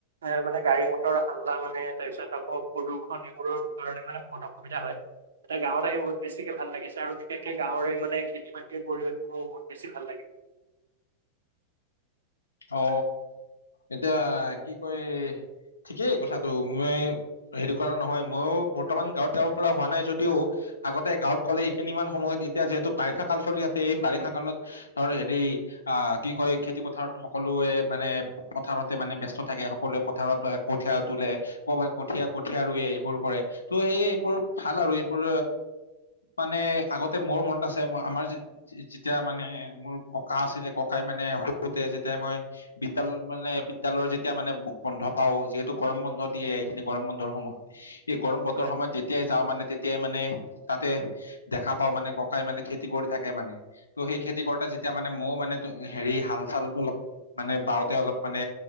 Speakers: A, on the right; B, on the left.
A: এ মানে গাড়ী মটৰ হাল্লা মানে তাৰপিছত আকৌ প্ৰদূষণ এইবোৰৰ কাৰণে মানে বহুত অসুবিধা হয় এতিয়া গাঁৱত আহি বহুত বেছিকে ভাল লাগিছে আৰু বিশেষকে গাঁৱৰে মানে খেতি বাতিৰ পৰিৱেশৰ‌ ওপত বেছি ভাল লাগে
B: অ এতিয়া কি কয় ঠিকেই কথাটো মই সেইটো কৰা নহয় ময়ো বৰ্তমান গাঁৱত যাব পৰা হোৱা নাই যদিও আগতে গাঁৱত গ'লে এইখিনি মমান সময়ত এতিয়া যিহেতু বাৰিষা কাল চলি আছে এই বাৰিষা কালত ধৰ হেৰি আহ, কি কয় খেতি পথাৰত সকলোৱে মানে পথাৰতে মানে ব্যস্ত থাকে, সকলোৱে পথাৰত কঠীয়া তোলে। কম হয় কঠীয়া কঠীয়া ৰুৱে এইবোৰ কৰে, ত' সেই এইবোৰ ভাল আৰু এইবোৰ মানে আগতে মোৰ মনত আছে, মই আমাৰ যেতিয়া মানে মোৰ ককা আছিলে ককাই মানে, সৰুতে যেতিয়া মই বিদ্যালয় মানে বিদ্যালয় যেতিয়া মানে বন্ধ পাওঁ, যিহেতু গৰম বন্ধ দিয়ে, এইখিনি গৰম বন্ধৰ সময়ত এই গৰম বতৰ
A: হয়।
B: সময়ত যেতিয়া তেতিয়াই যাওঁ মানে তেতিয়াই মানে তাতে দেখা পাওঁ, মানে ককাই মানে খেতি কৰি থাকে মানে। ত' সেই খেতি কৰোতে যেতিয়া মানে মইও মানে হেৰি হাল চাল মানে বাওঁতে অলপ মানে